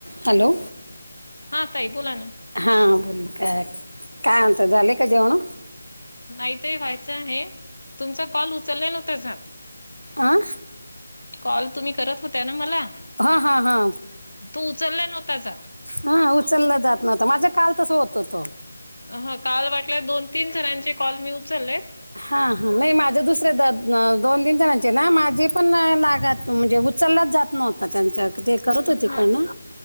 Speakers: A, on the right (about 80°); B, on the left (about 75°).
A: Hello
B: हा ताई बोला ना
A: हा बोल का काय म्हणता झाले का जेवण?
B: नाहीत व्हायचं आहे तुमचा कॉल उचलला नव्हतासा
A: अं
B: कॉल तुम्ही करत होत्या ना मला
A: हां हां हां
B: तु उचलला नव्हतासा
A: हा उचलला जात नव्हतं माझ्या काल तसं होत होतो
B: ह काल वाटल्या दोन तीन जणांचे कॉल मी उचललेत
A: हा हा नाही माझे दुसरे दोन तीन जणांचे ना माझी पण लागत म्हणजे उचललाच जात नव्हता त्यांच्या ते करत
B: हा
A: हो तिकडनं